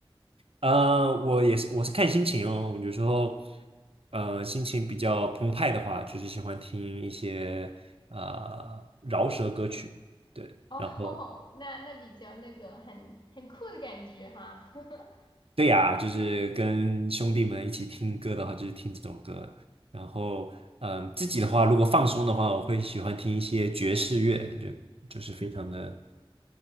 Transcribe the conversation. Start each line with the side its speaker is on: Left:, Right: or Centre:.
Right: 呃，我也是，我是看心情哦。有时候，呃，心情比较澎湃的话，就是喜欢听一些呃饶舌歌曲。对，
Left: 哦，
Right: 然后
Left: <laughs> 那那比较那个很很酷的感觉哈。<laughs>
Right: 对呀，就是跟兄弟们一起听歌的话，就是听这种歌。然后，嗯、自己的话，如果放松的话，我会喜欢听一些爵士乐，就就是非常的、